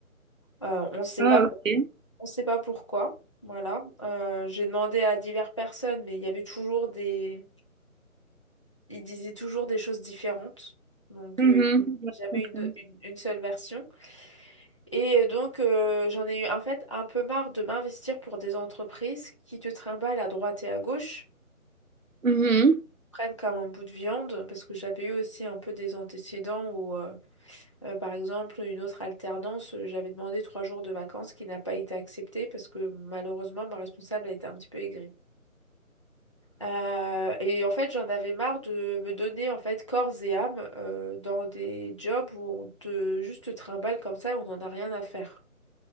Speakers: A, on the left; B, on the right.
A: Euh, on ne sait
B: Ah,
A: pas,
B: ok.
A: on sait pas pourquoi. Voilà. Euh, j'ai demandé à diverses personnes, mais il y avait toujours des... Ils disaient toujours des choses différentes. Donc,
B: Mhm.
A: euh,
B: Ouais,
A: jamais
B: je comprends.
A: une, une, une seule version. Et donc, euh, j'en ai eu en fait un peu marre de m'investir pour des entreprises qui te trimballent à droite et à gauche,
B: Mhm.
A: prennent comme un bout de viande, parce que j'avais eu aussi un peu des antécédents où... euh, Euh, par exemple, une autre alternance, euh, j'avais demandé trois jours de vacances qui n'a pas été acceptée parce que malheureusement, ma responsable a été un petit peu aigrie. Euh, et en fait, j'en avais marre de me donner en fait corps et âme euh, dans des jobs où on te juste te trimballe comme ça et on n'en a rien à faire.